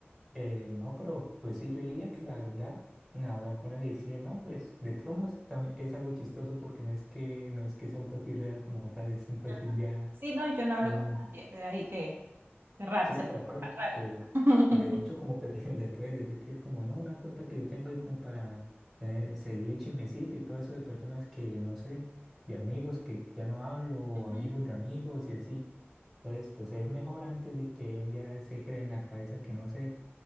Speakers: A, in the centre; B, on the right.
A: Eh, no, pero pues sí, yo diría que la verdad, nada, hablar con él y decirle, no, pues de todos modos también es algo chistoso porque no es que, no es que sea un perfil real como tal, es un perfil
B: ajá.
A: ya,
B: Sí, no, yo no hablo
A: un,
B: con nadie, de ahí que, qué raro
A: sí,
B: sería,
A: tal cual,
B: ah, raro.
A: que
B: <laughs>
A: de hecho como que <laughs> le, le puedes decir que es como, no, una cuenta que yo tengo ahí como para tener- seguir chismecito y todo eso de personas que, no sé, de amigos que ya no hablo, o
B: Ujú.
A: amigos de amigos y así. Entonces, pues es mejor antes de que él ya se cree en la cabeza que no sé